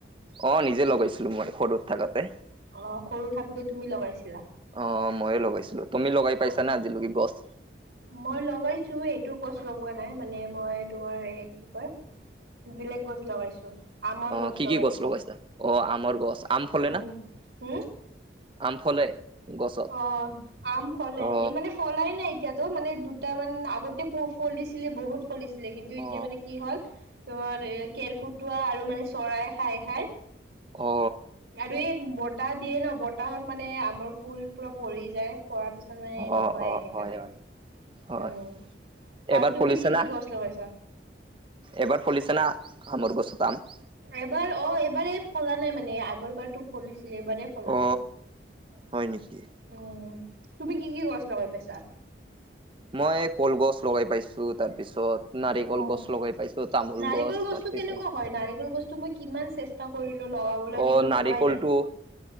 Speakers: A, on the right; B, on the right.
A: অ‌ঁ, নিজে লগাইছিলো মই সৰুত থাকোতে।
B: অঁ, সৰু থাকোতে তুমি লগাইছিলা।
A: অঁ, মইয়ে লগাইছিলো। তুমি লগাই পাইছা
B: অ
A: নে আজিলৈকে গছ?
B: মই লগাইছো এইটো গছ লগোৱা নাই মানে মই তোমাৰ এই কি কয়- বেলেগ গছ লগাইছো। আমৰ
A: অঁ, কি
B: লগাইছো
A: কি গছ ল'বাইছা, অঁ আমৰ গছ, আম ফলে
B: উম
A: না?
B: হম
A: আম ফলে। গছত
B: অঁ, আম ফলে।
A: অ
B: ই মানে- ফলাই নাই এতিয়াতো মানে দুটামান আগতে ফল দিছিলে বহুত। চলিছিলে কিন্তু এতিয়া
A: অ
B: মানে কি হ'ল- তোমাৰ এ কেৰকুটুৱা আৰু মানে চৰাই খাই খাই
A: অ
B: আৰু এই- বতাহ দিয়ে ন, বতাহত মানে আমৰ ফুল পুৰা পৰি যায় পৰাৰ পিছত মানে নহয়েই
A: অ অ
B: সেইকাৰণে।
A: হয় হয় হয়,
B: উম আৰু
A: এবাৰ
B: তুমি
A: ফুলিছেনা?
B: কি কি গছ লগাইছা
A: এবাৰ ফুলিচেনা, আমৰ গছতা আম?
B: এইবাৰ, অ' এইবাৰ এ ফুলা নাই মানে, আগৰ বাৰতো ফুলিছিলে, এইবাৰে ফুলা
A: অ
B: নাই।
A: হয় নেকি
B: উম, তুমি কি কি গছ লগাই পাইছা?
A: মই কলগছ লগাই পাইছোঁ, তাৰপিছত নাৰিকল
B: অ'।
A: গছ লগাই পাইছোঁ, তামোল
B: নাৰিকল
A: গছ,
B: গছটো
A: তাৰ
B: কেনেকুৱা
A: পিছত
B: হয়, নাৰিকল গছটো মই কিমান চেষ্টা কৰিলো লগাবলৈ,
A: অ
B: কিন্তু
A: নাৰিকলটো
B: হোৱাই নাই।